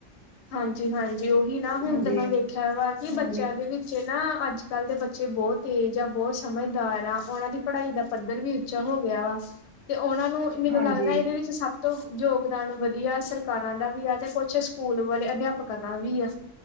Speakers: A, on the left; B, on the right.
A: ਹਾਂਜੀ ਹਾਂਜੀ ਉਹੀ ਨਾ ਹੁਣ
B: ਹਾਂਜੀ,
A: ਤਾਂ ਮੈਂ ਵੇਖਿਆ ਵਾ ਕੀ ਬੱਚਿਆਂ
B: ਹਾਂਜੀ,
A: ਦੇ ਵਿੱਚ ਤੇ ਨਾ ਅੱਜ ਕੱਲ੍ਹ ਦੇ ਬੱਚੇ ਬੋਤ ਤੇਜ਼ ਆ ਬੋਤ ਸਮਝਦਾਰ ਆ ਉਹਨਾਂ ਦੀ ਪੜ੍ਹਾਈ ਦਾ ਪੱਧਰ ਵੀ ਉੱਚਾ ਹੋ ਗਿਆ ਵਾ, ਤੇ ਉਹਨਾਂ ਨੂੰ ਮੈਨੂੰ
B: ਹਾਂਜੀ।
A: ਲੱਗਦਾ ਇਹਦੇ ਵਿੱਚ ਸਭ ਤੋਂ ਯੋਗਦਾਨ ਵਧੀਆ ਸਰਕਾਰਾਂ ਦਾ ਵੀ ਆ ਤੇ ਕੁਛ ਸਕੂਲ ਵਾਲੇ ਅਧਿਆਪਕਾਂ ਦਾ ਵੀ ਐ।